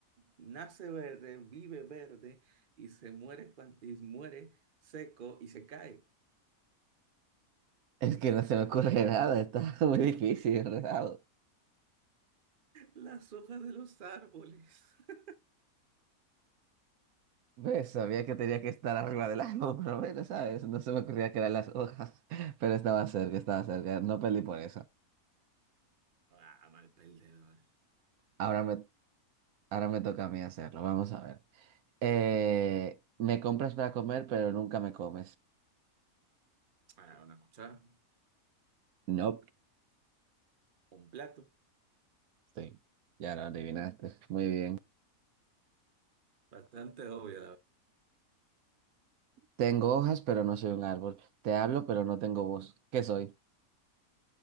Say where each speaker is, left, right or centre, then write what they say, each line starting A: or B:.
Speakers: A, on the right; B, on the right.
A: nace verde, vive verde y se muere, cuan- y muere seco y se cae.
B: Es que no se me ocurre nada, está <laughs> muy difícil, ¿verdad?
A: Las hojas de los árboles. <laughs>
B: Pues sabía que tenía que estar arriba del árbol, <laughs> por lo menos, ¿sabes? No se me ocurría que eran las hojas, <laughs> pero estaba cerca, estaba cerca, no perdí por eso.
A: Ah, mal perdedor.
B: Ahora me, ahora me toca a mí hacerlo, vamos a ver. Eh, me compras para comer, pero nunca me comes.
A: Ah, una cuchara.
B: No,
A: Un plato.
B: sí, ya lo adivinaste, muy bien.
A: Bastante obvio, la verdad.
B: Tengo hojas, pero no soy un árbol. Te hablo, pero no tengo voz. ¿Qué soy?